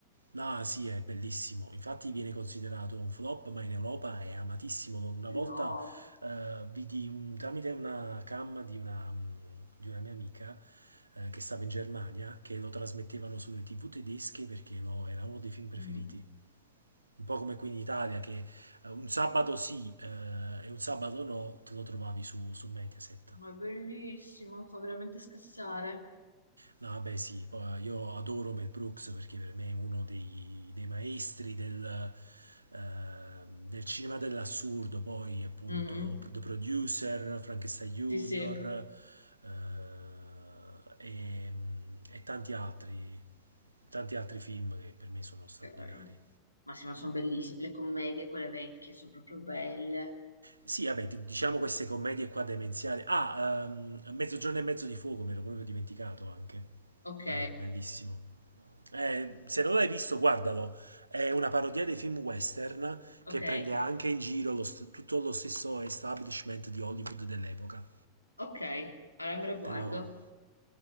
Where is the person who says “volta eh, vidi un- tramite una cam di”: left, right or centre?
Right